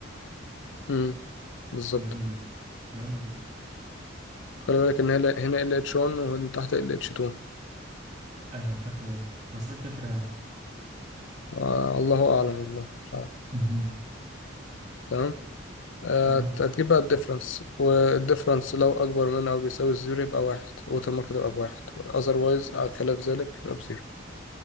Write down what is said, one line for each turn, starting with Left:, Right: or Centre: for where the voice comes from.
Left: امم بالظبط
Right: جميل جدا جميل جدا
Left: خلي بالك ان هنا هنا ال اتش 1 ومن تحت ال اتش 2
Right: ايوه خدت بالي بس إيه الفكره يعني
Left: آه الله اعلم والله مش عارف
Right: امم
Left: تمام آه،
Right: تمام
Left: هتجيب بقى الديفرنس والديفرنس لو أكبر من أو بيساوي الزيرو يبقى واحد الوتر مارك تبقى بواحد otherwise على خلاف ذلك يبقى بزيرو